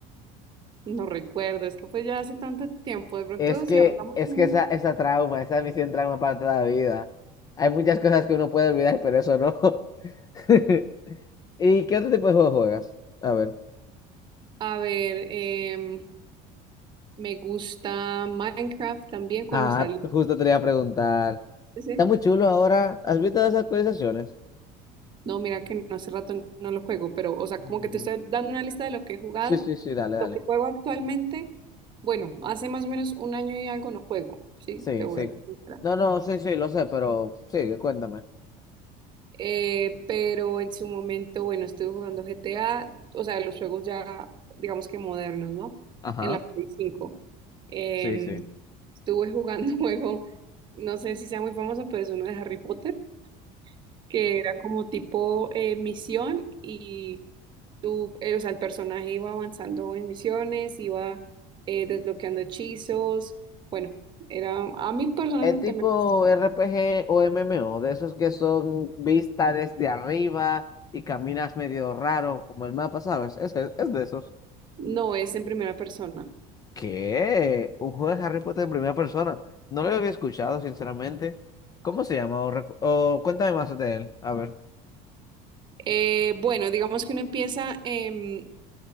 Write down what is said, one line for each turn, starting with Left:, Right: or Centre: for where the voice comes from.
Right: No recuerdo, es que fue ya hace tanto tiempo. De pronto,
Left: Es que,
Right: si hablamos,
Left: es
Right: mm,
Left: que esa, esa trauma, esa misión trauma para toda la vida. Hay muchas cosas que uno puede olvidar, pero eso no. <laughs> ¿Y qué otro tipo de juego juegas? A ver.
Right: a ver, em, Me gusta Minecraft también cuando
Left: Ah,
Right: salió.
Left: justo te lo iba a preguntar.
Right: ese.
Left: Está muy chulo ahora. ¿Has visto las actualizaciones?
Right: No, mira que no, hace rato no lo juego, pero, o sea,
Left: Mm.
Right: como que te estoy dando una lista de lo que he jugado,
Left: Sí, sí, sí, dale, dale.
Right: lo que juego actualmente. Bueno, hace más o menos un año y algo no juego, ¿sí?
Left: Sí,
Right: Te voy
Left: sí.
Right: a ser sincera.
Left: No, no, sí, sí, lo sé, pero sí, cuéntame.
Right: Eh, pero en su momento, bueno, estuve jugando GTA, o sea, los juegos ya, digamos que modernos, ¿no?
Left: Ajá.
Right: En la Play cinco Em,
Left: Sí, sí.
Right: estuve jugando <laughs> un juego, no sé si sea muy famoso, pero es uno de Harry Potter. que era como tipo eh, misión y tú, eh, o sea, el personaje iba avanzando en misiones, iba eh, desbloqueando hechizos. Bueno, era, a mí personalmente
Left: Es tipo
Right: me gustó.
Left: RPG o MMO, de esos que son vistas desde arriba y caminas medio raro, como el mapa, ¿sabes? Es, es, es de esos.
Right: No es en primera persona.
Left: ¿Qué? Un juego de Harry Potter en primera persona. No lo había escuchado, sinceramente. ¿Cómo se llama? O, recu- o cuéntame más de él. A ver.
Right: Eh, bueno, digamos que uno empieza em,